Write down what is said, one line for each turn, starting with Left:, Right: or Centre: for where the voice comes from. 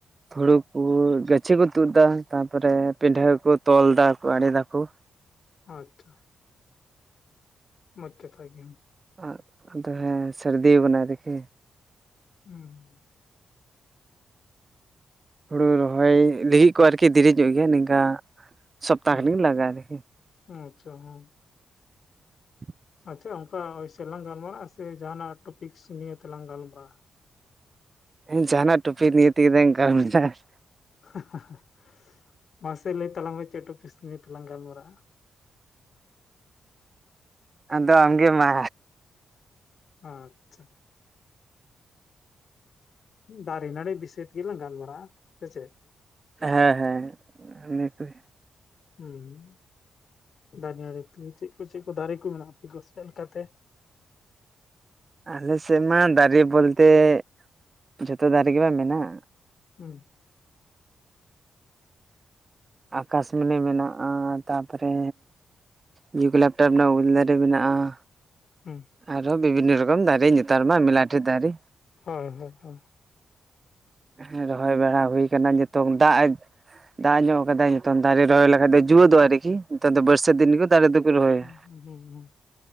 Right: ᱦᱩᱲᱩ ᱠᱩ ᱜᱟᱹᱪᱷᱤ ᱠᱚ ᱛᱩᱫ ᱫᱟ ᱛᱟᱯᱚᱨᱮ ᱯᱤᱰᱷᱟᱹ ᱠᱩ ᱛᱚᱞ ᱫᱟ ᱟᱲᱮ ᱫᱟᱠᱩ
Left: ᱟᱪᱪᱷᱟ ᱢᱚᱸᱡᱽ ᱠᱟᱛᱷᱟ ᱜᱮ
Right: ᱟᱸᱜ ᱦᱮᱸ ᱛᱟᱦᱮ ᱥᱟᱹᱨᱫᱤᱣ ᱠᱟᱱᱟ ᱥᱮ ᱪᱤᱜ?
Left: ᱦᱩᱸ
Right: ᱦᱩᱲᱩ ᱨᱚᱦᱚᱭ ᱞᱟᱹᱜᱤᱫ ᱠᱚ ᱟᱨᱠᱤ ᱫᱮᱨᱮ ᱧᱚᱜ ᱜᱮᱭᱟ ᱱᱤᱝᱠᱟ ᱥᱚᱯᱛᱟ
Left: ᱦᱩᱸ
Right: ᱠᱷᱟᱱᱤᱠ ᱞᱟᱜᱟᱜᱼᱟ
Left: ᱟᱪᱪᱷᱟ ᱦᱚᱸ
Right: <inaudible>
Left: ᱟᱪᱪᱷᱟ ᱚᱝᱠᱟ <unintelligible> ᱜᱟᱞᱢᱟᱨᱟᱜ-ᱟ? ᱥᱮ ᱡᱟᱦᱟᱸ ᱱᱟᱜ ᱴᱚᱯᱤᱠᱥ ᱱᱤᱭᱮ ᱛᱮᱞᱟᱝ ᱜᱟᱞᱢᱟᱨᱟᱜᱼᱟ
Right: ᱦᱮ ᱡᱟᱦᱟᱱᱟᱜ ᱴᱩᱯᱤᱠ ᱱᱤᱭᱮ ᱛᱮᱜᱮ ᱞᱟᱝ ᱜᱟᱞᱢᱟᱨᱟᱜ -ᱟ
Left: ᱦᱟ ᱦᱟ <unintelligible> ᱢᱟᱥᱮ ᱞᱟᱭ ᱛᱟᱞᱟᱝ ᱢᱮ ᱪᱮ ᱴᱨᱚᱯᱤᱠᱥ ᱱᱤᱭᱮ ᱛᱮᱞᱟᱝ ᱜᱟᱞᱢᱟᱨᱟ
Right: ᱟᱫᱚ ᱟᱢᱜᱮ ᱢᱟ
Left: ᱟᱪᱪᱷᱟ ᱫᱟᱨᱮ ᱱᱟᱹᱲᱤ ᱵᱤᱥᱚᱭ ᱛᱮᱜᱮ ᱞᱟᱝ ᱜᱟᱞᱢᱟᱨᱟᱜᱼᱟ ᱥᱮ ᱪᱮᱫ
Right: ᱦᱮᱸ ᱦᱮᱸ ᱱᱤᱭᱟᱹ ᱠᱚᱜᱮ
Left: ᱦᱮᱸ <unintelligible> ᱫᱟᱨᱮ ᱫᱟᱨᱮ ᱛᱮᱜᱮ ᱪᱮᱫ ᱠᱚ ᱪᱮᱫ ᱠᱚ ᱫᱟᱨᱠᱳ ᱠᱚ ᱢᱮᱱᱟᱜ ᱟᱯᱮ ᱠᱚ ᱪᱮᱫ ᱞᱮᱠᱟᱛᱮ
Right: ᱟᱞᱮ ᱥᱮᱫ ᱢᱟ ᱫᱟᱨᱮ ᱵᱚᱞᱛᱮ <unintelligible> ᱡᱚᱛᱚ ᱫᱟᱨᱮ ᱜᱮᱢᱟ ᱢᱮᱱᱟᱜᱼᱟ᱾
Left: ᱦᱩᱸ
Right: ᱟᱠᱟᱥᱢᱚᱱᱤ ᱢᱮᱱᱟᱜᱼᱟ ᱛᱟᱯᱚᱨᱮ ᱤᱭᱩ ᱵᱞᱮᱠᱴᱟᱨ ᱨᱮᱱᱟᱜ-ᱟ ᱩᱞ ᱫᱟᱨᱮ ᱢᱮᱱᱟᱜᱼᱟ
Left: ᱦᱩᱸ
Right: ᱟᱨᱦᱚ ᱵᱤᱵᱷᱤᱱᱱᱚ ᱨᱚᱠᱚᱢ ᱫᱟᱨᱮ ᱱᱮᱛᱟᱨᱢᱟ ᱢᱮᱞᱟᱴᱷᱮ ᱫᱟᱨᱮ
Left: ᱦᱳᱭ ᱦᱳᱭ ᱦᱳᱭ
Right: ᱦᱮᱸ ᱨᱚᱦᱚᱭ ᱵᱟᱲᱟ ᱦᱩᱭ ᱠᱟᱱᱟ ᱡᱮ ᱛᱚᱝ ᱫᱟᱜ ᱮ ᱫᱟᱜ ᱧᱚᱜ ᱟᱠᱟᱫᱟ ᱱᱤᱛᱚᱝ ᱫᱟᱨᱮ ᱨᱚᱦᱚᱭ ᱞᱮᱠᱷᱟᱱ ᱫᱚ ᱡᱩᱣᱟᱹ ᱫᱚᱜ- ᱟ ᱱᱮᱛᱟᱨ ᱫᱚ ᱵᱟᱹᱨᱥᱟᱹ ᱫᱤᱱ ᱜᱤ ᱫᱟᱨᱮ ᱫᱚᱠᱚ ᱨᱚᱦᱚᱭᱟ᱾
Left: ᱦᱩ ᱦᱩᱸ ᱦᱩᱸ